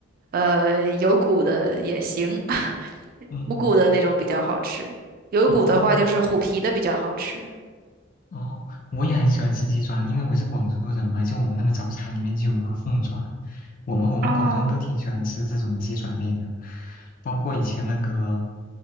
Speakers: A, on the right; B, on the left.
A: 呃有骨的也行，<laughs>
B: 嗯。
A: 无骨的那种比较好吃，有骨的话就是虎皮的比较好吃。
B: 哦哦，我也很喜欢吃鸡爪，因为我是广州人嘛，就我们那个早餐里面就有个凤爪，我们我们广州人都挺喜欢吃这种鸡爪类的，
A: 啊。
B: 包括以前那个，